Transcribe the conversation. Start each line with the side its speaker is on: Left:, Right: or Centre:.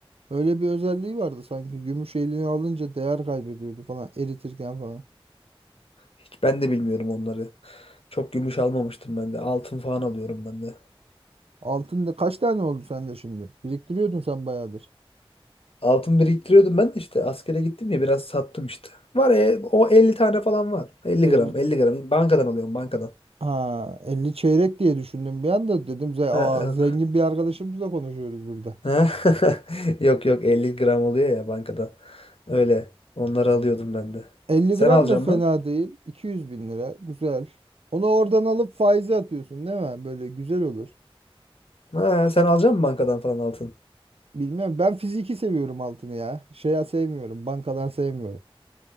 Right: öyle bir özelliği vardı sanki. Gümüş eline alınca değer kaybediyordu falan eritirken falan.
Left: Hiç ben de bilmiyorum onları. Çok gümüş almamıştım ben de. Altın falan alıyorum ben de.
Right: Altın da kaç tane oldu sende şimdi? Biriktiriyordun sen bayağıdır.
Left: Altın biriktiriyordum ben de işte askere gittim ya biraz sattım işte. Var ya o 50 tane falan var. 50
Right: El,
Left: gram 50 gram bankadan alıyorum bankadan.
Right: ha, 50 çeyrek diye düşündüm bir anda dedim ze aa,
Left: Ha,
Right: zengin bir arkadaşımızla konuşuyoruz burada.
Left: Ha? <laughs> Yok yok 50 gram oluyor ya bankada. Öyle. Onları alıyordum ben de.
Right: 50
Left: Sen
Right: gram
Left: alacaksın
Right: da fena
Left: mı?
Right: değil. 200 bin lira güzel. Onu oradan alıp faize atıyorsun değil mi? Böyle güzel olur.
Left: Ha, sen alacak mısın bankadan falan altın?
Right: Bilmiyorum ben fiziki seviyorum altını ya. Şeye sevmiyorum bankadan sevmiyorum.